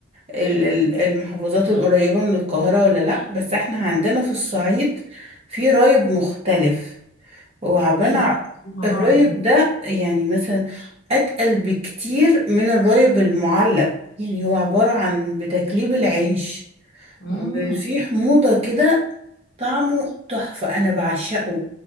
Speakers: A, on the right (about 30°); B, on the left (about 50°).
A: ال- ال- المحافظات القريبة من القاهرة ولا لا بس احنا عندنا في الصعيد في رايب مختلف هو عبارة
B: ايه بقى
A: عن
B: طبعا
A: الرايب
B: ايه
A: ده يعني مثلا اتقل بكتير من الرايب المعلب يعني هو عبارة عن بتكليب العيش
B: امم
A: وفي حموضة كده طعمه تحفة أنا بعشقه